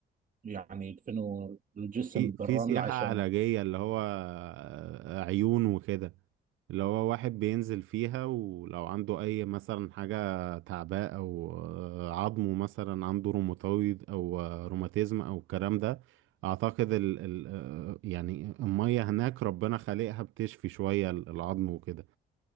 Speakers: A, on the right; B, on the right.
A: يعني يدفنوا الجسم
B: في
A: بالرمل
B: في سياحة
A: عشان
B: علاجية اللي هو آه، عيون وكده اللي هو واحد بينزل فيها ولو عنده أي مثلا حاجة تعباء أو آه، عظمه مثلا عنده روماتويد أو آه، روماتيزم أو الكلام ده أعتقد ال ال آه، يعني المية هناك ربنا خالقها بتشفي شوية ال- العظم وكده